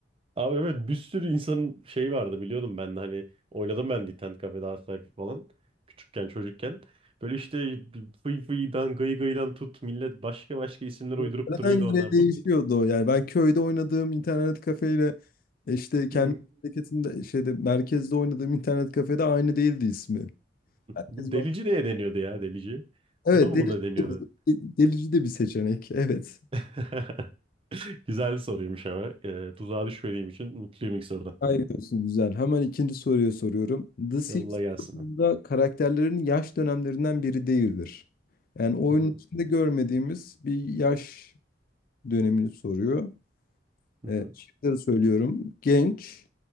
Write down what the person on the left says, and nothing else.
Yöreden
yöreye
değişiyordu
o yani. Ben köyde oynadığım internet kafeyle e, işte kendi
memleketimde şeyde merkezde oynadığım internet kafede aynı değildi ismi. Herkes
Evet,
delici
de bir, delici de bir seçenek. Evet.
Hayır olsun güzel. Hemen ikinci soruyu soruyorum. The Simpsons'da
karakterlerin yaş dönemlerinden biri değildir. Yani oyunun
içinde görmediğimiz bir yaş dönemini soruyor.
Ee,
şıkları söylüyorum. Genç,